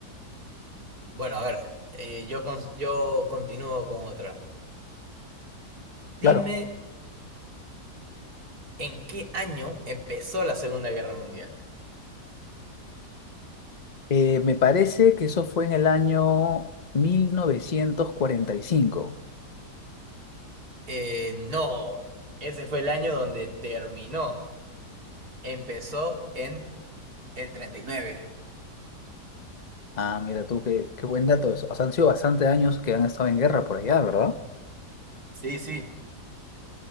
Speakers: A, on the right (about 60°); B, on the left (about 30°).
A: Bueno, a ver, eh, yo, con- yo continúo con otra. Dime,
B: Claro,
A: ¿en qué año empezó la Segunda Guerra Mundial?
B: Eh, me parece que eso fue en el año mil novecientos cuarenta y cinco
A: Eh, no, ese fue el año donde terminó. Empezó en el treinta y nueve
B: Ah, mira tú, qué, qué buen dato eso. O sea, han sido bastantes años que han estado en guerra por allá, ¿verdad?
A: Sí, sí.